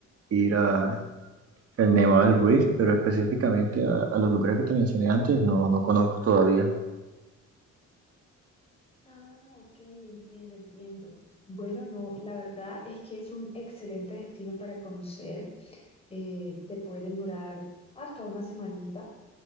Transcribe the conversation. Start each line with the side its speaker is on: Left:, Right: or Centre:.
Right: a ir a El Nevado del Ruiz, pero específicamente a, a los lugares que te mencioné antes, no, no conozco todavía.
Left: Ah, ok, entiendo, entiendo. Bueno, no, la verdad es que es un excelente destino para conocer. Eh, te puede demorar hasta una semanita.